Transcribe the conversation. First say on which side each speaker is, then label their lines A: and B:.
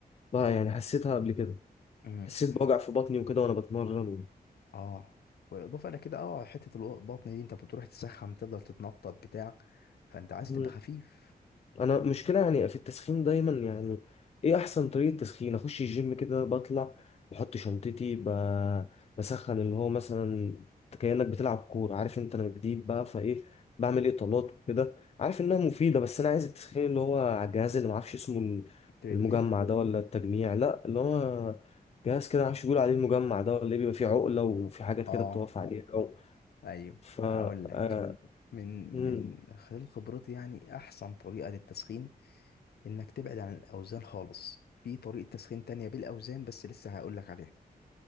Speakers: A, on the left (about 40°); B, on the left (about 80°).
A: بقى يعني حسيتها قبل كده
B: امم
A: حسيت بوجع في بطني وكده وأنا بتمرن
B: اه واضافه الى كده اه حته البطن دي انت بتروح تسخن تفضل تتنطط بتاع فانت عايز
A: مم.
B: تبقى خفيف
A: انا مشكله يعني في التسخين دايما يعني ايه احسن طريقه تسخين اخش الجيم كده بطلع بحط شنطتي ب... بسخن اللي هو مثلا كانك بتلعب كوره عارف انت انا جديد بقى فايه بعمل اطالات وكده عارف انها مفيده بس انا عايز التسخين اللي هو على الجهاز اللي معرفش اسمه
B: تريدميل
A: المجمع ده ولا التجميع لا اللي هو جهاز كده معرفش بيقول عليه المجمع ده ولا ايه بيبقى فيه عقله وفي حاجات
B: اه
A: كده بتقف عليها او
B: ايوه
A: ف آه،
B: اقول لك من
A: مم،
B: من خلال خبرتي يعني احسن طريقه للتسخين انك تبعد عن الاوزان خالص في طريقه تسخين تانية بالاوزان بس لسه هقول لك عليها